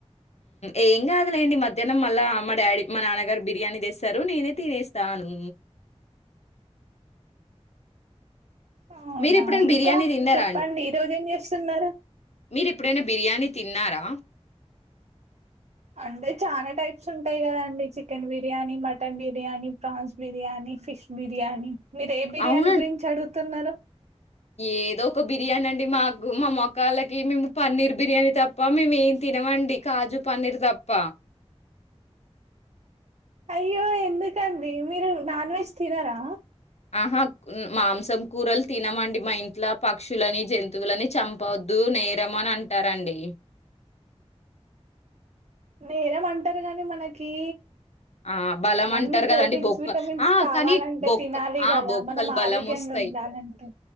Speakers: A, on the left; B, on the right.
A: ఏం కాదలేండి మధ్యాహ్నం మళ్ళా మా డాడీ మా నాన్నగారు బిర్యానీ తెస్తారు నేనే తినేస్తాను
B: అవునా
A: మీరెప్పుడైనా
B: ఇంకా
A: బిర్యానీ తిన్నారా
B: చెప్పండి ఈ రోజు ఏం చేస్తున్నారు
A: మీరు ఎప్పుడైనా బిర్యానీ తిన్నారా
B: అంటే చాలా టైప్స్ ఉంటాయి కదండి chicken biryani mutton biryani prawns biryani fish biryani మీరు ఏ బిర్యానీ
A: అవునండి.
B: గురించి అడుగు తున్నారు
A: ఏదో ఒక బిర్యానీ అండి మాకు మా మొక్కళ్ళకి మేము పన్నీర్ బిర్యానీ తప్ప మేము ఏం తినమండి కాజు పన్నీర్ తప్ప
B: అయ్యో ఎందుకండి మీరు నాన్ వెజ్ తినరా
A: ఆహా మాంసం కూరలు తినమండి మా ఇంట్లో పక్షులని జంతువులని చంపవద్దు నేరం అని అంటారండి
B: నేరమంటారు గాని మనకి
A: ఆ బలం
B: అన్ని
A: అంటారు
B: ప్రోటీన్స్
A: కదండి బొక్క
B: విటమిన్స్
A: ఆ
B: కావాలంటే
A: కానీ బొక్క
B: తినాలి
A: ఆ
B: కదా
A: బొక్కలు
B: మనం
A: బలం
B: ఆరోగ్యంగా
A: వస్తాయి
B: ఉండాలంటే